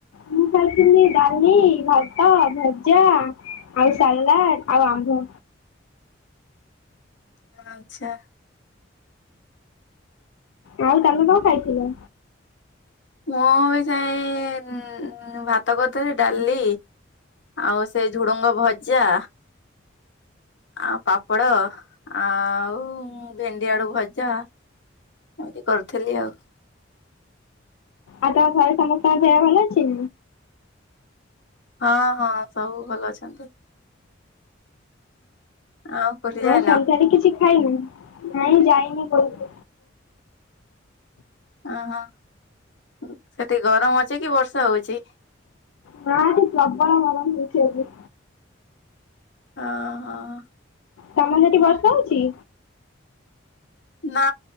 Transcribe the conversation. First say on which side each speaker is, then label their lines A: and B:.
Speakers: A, on the left; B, on the left.
A: ମୁଁ ଖାଇଥିଲି ଡାଲି ଭାତ ଭଜା। ଆଉ ସାଲଦ ଆଉ ଆମ୍ବ।
B: ଆଛା।
A: ଆଉ ତମେ କଣ ଖାଇଥିଲ।
B: ମୁଁ ବି ଯାଇ ଭାତ କରିଥିଲଥିଲି ଡାଲି। ଆଉ ସେଇ ଝୁଡୁଙ୍ଗ ଭଜା। ଆଉ ପାପଡ଼ ଆଉ ଭେଣ୍ଡିଆଡୁ ଭଜା। ଏମତି କରିୁଥିଲି ଆଉ।
A: ଆଉ ତମ ଘରେ ସମସ୍ତଙ୍କ ଦେହ ଭଲ ଅଛି।
B: ହଁ ହଁ ସବୁ ଭଲ ଅଛନ୍ତି ଆଉ। କୋଉଠି ଯାଇନ?
A: ଆଉ ସନ୍ଧ୍ୟାରେ କିଛି ଖାଇନି ନାଇଁ ଯାଇନି। କୋଉ
B: ଓହୋ ସେଠି ଗରମ ଅଛି କି ବର୍ଷା ହଉଛି।
A: ହଁ ଏଠି ପ୍ରବଳ ଗରମ ହଉଛିଏଠି।
B: ହଁ ହଁ।
A: ତମ ସେଠି ବର୍ଷ ହଉଛି?
B: ନା